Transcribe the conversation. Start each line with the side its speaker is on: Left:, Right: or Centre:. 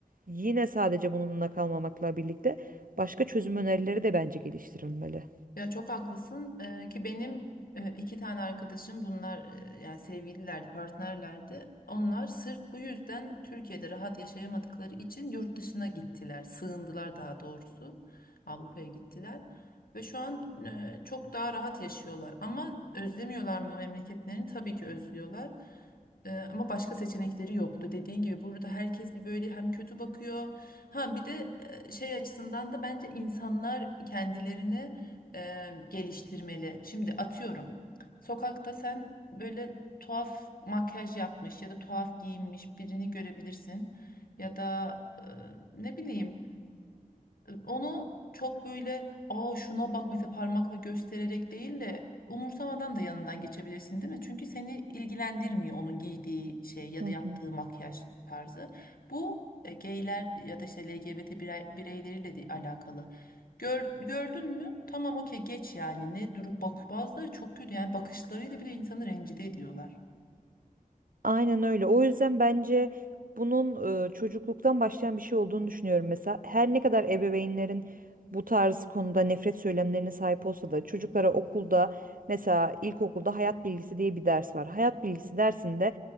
Right: yine sadece bununla kalmamakla birlikte başka çözüm önerileri de bence geliştirilmeli.
Left: Ya çok haklısın Ee, ki benim e, iki tane arkadaşım bunlar e, yani sevgililerdi, partnerlerdi. Onlar sırf bu yüzden Türkiye'de rahat yaşayamadıkları için yurt dışına gittiler, sığındılar daha doğrusu. Avrupa'ya gittiler ve şu an e, çok daha rahat yaşıyorlar. Ama özlemiyorlar mı memleketlerini? Tabii ki özlüyorlar. Ee, ama başka seçenekleri yoktu. Dediğin gibi burada herkes bir böyle hem kötü bakıyor. Ha bir de e, şey açısından da bence insanlar kendilerine e, geliştirmeli. Şimdi atıyorum sokakta sen böyle tuhaf makyaj yapmış ya da tuhaf giyinmiş birini görebilirsin. Ya da e, ne bileyim onu çok böyle aa şuna bak mesela parmakla göstererek değil de umursamadan da yanından geçebilirsin değil mi? Çünkü seni ilgilendirmiyor onun giydiği şey ya
Right: Hı
Left: da yaptığı
Right: hı.
Left: makyaj tarzı. Bu e, gayler ya da işte LGBT birey- bireyleriyle de alakalı. Gör, gördün mü? Tamam okey geç yani. Ne durup bak bazıları çok kötü yani bakışlarıyla bile insanı rencide ediyorlar.
Right: Aynen öyle. O yüzden bence bunun e, çocukluktan başlayan bir şey olduğunu düşünüyorum. Mesela her ne kadar ebeveynlerin bu tarz konuda nefret söylemlerine sahip olsa da çocuklara okulda mesela ilkokulda hayat bilgisi diye bir ders var. Hayat bilgisi dersinde